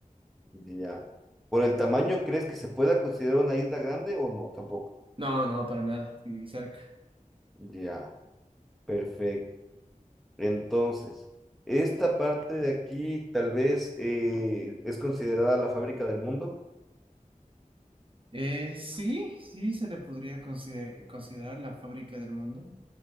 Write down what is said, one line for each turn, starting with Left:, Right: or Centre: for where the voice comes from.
Centre: Ya. ¿Por el tamaño crees que se pueda considerar una isla grande o no? Tampoco.
Right: No, no, para nada, ni cerca.
Centre: Ya. Perfecto. Entonces, esta parte de aquí tal vez eh, es considerada la fábrica del mundo,
Right: Eh, sí, sí se le podría consider- considerar la fábrica del mundo.